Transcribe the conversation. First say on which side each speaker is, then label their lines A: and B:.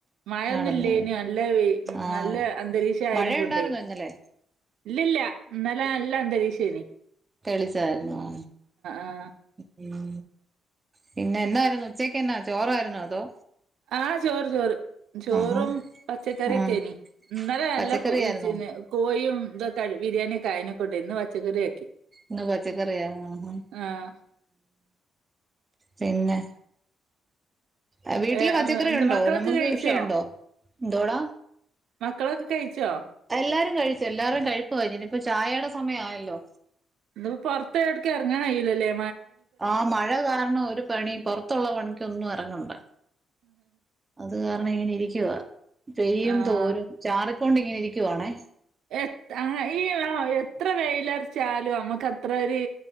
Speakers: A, on the right; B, on the right.
A: മഴൊന്നുംല്ലനി
B: നടന്നു
A: നല്ല വെയി
B: ആഹ്
A: നല്ല അന്തരീക്ഷ ആയെയ്നെ
B: മഴയുണ്ടായിരുന്നോ
A: കൊണ്ടേ
B: ഇന്നലെ
A: ഇല്ലല്ല ഇന്നലെ നല്ല നല്ല അന്തരീക്ഷം നല്ല അന്തരീക്ഷനി.
B: തെളിച്ചായിരുന്നു ആ
A: ആഹ്
B: ഉ പിന്നെ എന്തായിരുന്നു ഉച്ചക്ക്ന്നാ ചോറായിരുന്നു അതോ
A: ആഹ ചോറ് ചോറ് ചോറും
B: ആഹാ
A: പച്ചക്കറിയൊക്കെനി
B: ആഹ്
A: ഇന്നലെ നല്ലെ
B: പച്ചക്കറിയായിരുന്നോ
A: കോഴിയും ഇതൊക്കെ ബിരിയാണിയൊക്കെ ആയനെക്കൊണ്ട് ഇന്ന് പച്ചക്കറിയാക്കി.
B: ഇന്ന് പച്ചക്കറിയ ആ
A: ആഹ്
B: പിന്നെ? അ വീട്ടില്
A: ഏഹ്
B: പച്ചക്കറി
A: എന്താ
B: ഒണ്ടോ
A: മക്കളൊക്കെ
B: നമ്മക്ക്
A: കഴിച്ചോ
B: കൃഷിയുണ്ടോ? ന്തോട..
A: മക്കളൊക്കെ കഴിച്ചോ?
B: എല്ലാരും കഴിച്ചു എല്ലാരും കഴിപ്പ് കഴിഞ്ഞ ഇനി ഇപ്പ ചായയുടെ സമയയല്ലോ
A: ഇപ്പോ പുറത്ത എടക്ക് ഇറങ്ങാൻായില്ലല്ലേ..
B: ആ മഴ കാരണം ഒരു പണി പുറത്തുള്ള പണിിക്കൊന്നും ഇറങ്ങണ്ട അത് കാരണം അ ഇങ്ങനെ ഇരിക്കുവാ പെയ്യും
A: ആഹ്
B: തോരും ചാറ് കൊണ്ടിങ്ങനെ ഇരിക്കുവാണേ
A: എത് ആ ഈ <unintelligible> എത്ര വെയിലറച്ചാലും അമ്മക്ക് അത്ര ഒര്